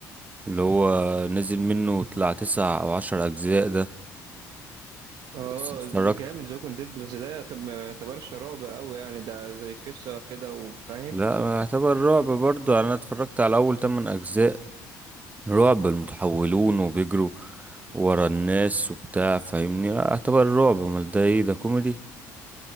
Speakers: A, on the right; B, on the right.
A: اللي هو نزل منه طلع تسع او عشر اجزاء ده
B: اه
A: بس اتفرجت
B: جامد زوكن ديد بس ده يعتب- ما يعتبرش رعب قوي يعني ده زي قصه كده وفاهم
A: لا اعتبر رعب برضه يعني انا اتفرجت على اول تمن اجزاء رعب المتحولون وبيجروا ورا الناس وبتاع فاهمني اعتبر رعب امال ده ايه ده كوميدي